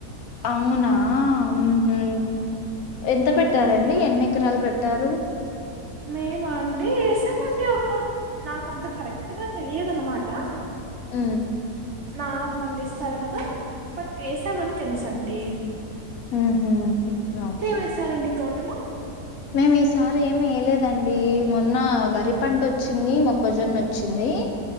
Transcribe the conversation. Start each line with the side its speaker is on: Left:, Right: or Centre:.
Left: అవునా ఊహు ఎంత
Right: అవునండి
Left: పెట్టారండి ఎన్ని ఎకరాలు పెట్ అందరూ
Right: మేమ అండి వేసామండి ఒక నాక అంత కరెక్ట్గా తెలియదు అన్నమాట
Left: ఊ
Right: నాన్న పండిస్తారు కదా బట్ వేసా మని తెలుసు అండి
Left: ఊహూ ఓకే
Right: వేసారండి తోటలో
Left: మేము ఈసారి ఏమి వేయలేదండి మొన్న వరి పంట వచ్చింది మొక్కజొన్న వచ్చింది